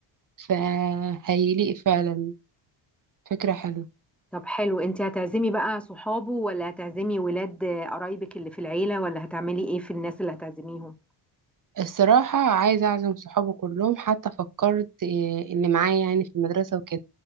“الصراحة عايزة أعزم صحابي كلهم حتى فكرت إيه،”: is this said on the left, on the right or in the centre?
Right